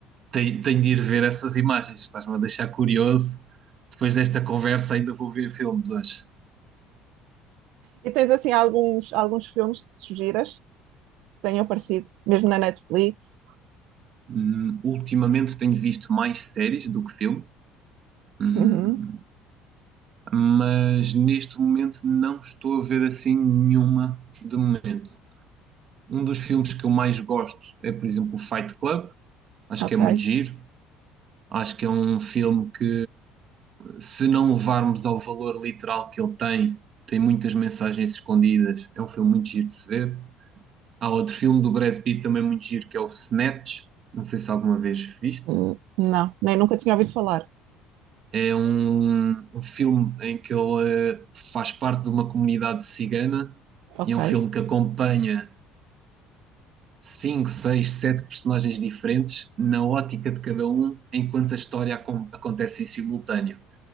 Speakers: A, on the right (about 40°); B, on the right (about 70°).
A: Tenho, tenho de ir ver essas imagens, estás-me a deixar curioso. Depois desta conversa, ainda vou ver filmes hoje.
B: E tens assim alguns, alguns filmes que sugiras? tenham aparecido, mesmo na Netflix.
A: Hum, ultimamente tenho visto mais séries do que filme, hum,
B: Uhum,
A: mas neste momento não estou a ver assim nenhuma de momento. Um dos filmes que eu mais gosto é, por exemplo, o Fight Club. Acho
B: ok.
A: que é muito giro. Acho que é um filme que Se não levarmos ao valor literal que ele tem, tem muitas mensagens escondidas. É um filme muito giro de se ver. Há outro filme do Brad Pitt também muito giro que é o Snatch. Não sei se alguma vez viste.
B: Hum, Não, nem nunca tinha ouvido falar.
A: É um, um filme em que ele eh, faz parte de uma comunidade cigana
B: Ok,
A: e é um filme que acompanha cinco, seis, sete personagens diferentes na ótica de cada um, enquanto a história acon- acontece em simultâneo.